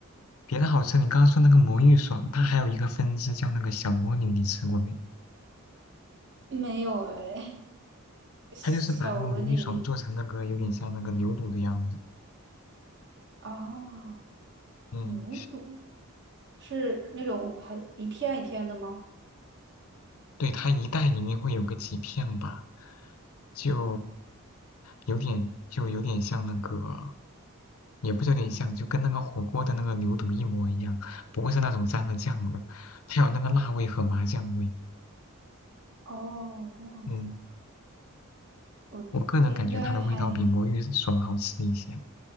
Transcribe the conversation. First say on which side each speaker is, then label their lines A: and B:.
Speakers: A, on the left (about 75°); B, on the right (about 55°).
A: 别的好吃，你刚刚说那个魔芋爽，它还有一个分支叫那个小魔女，你吃过没？
B: 没有哎，<laughs> 小鹅你
A: 它就是把那个魔芋爽做成那个有点像那个牛肚的样子。
B: 哦，
A: 嗯，
B: 牛肚，是那种很一片一片的吗？
A: 对，它一袋里面会有个几片吧，就有点就有点像那个，也不是有点像，就跟那个火锅的那个牛肚一模一样，不过是那种沾了酱的，它有那个辣味和麻酱味。
B: 哦，这样子，
A: 嗯，
B: 我应该还，
A: 我个人感觉它的味道比魔芋爽好吃一些，